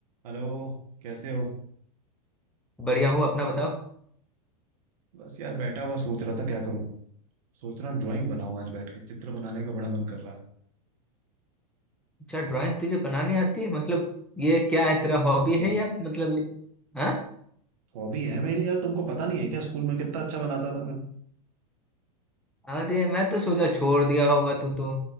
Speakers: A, on the right; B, in the centre.
A: Hello कैसे हो
B: बढ़िया हूँ अपना बताओ
A: बस यार बैठा हुआ सोच रहा था क्या करूं सोच रहा हूँ ड्राइंग बनाऊं आज बैठ के चित्र बनाने का बड़ा मन कर रहा है
B: अच्छा ड्राइंग तुझे बनानी आती है मतलब ये क्या है तेरा
A: बहुत
B: हॉबी
A: अच्छी बात
B: है या मतलब इस- हाँ
A: हॉबी है मेरी यार तुमको पता नहीं है क्या स्कूल में कितना अच्छा बनाता था मैं
B: अरे मैं तो सोचा छोड़ दिया होगा तू तो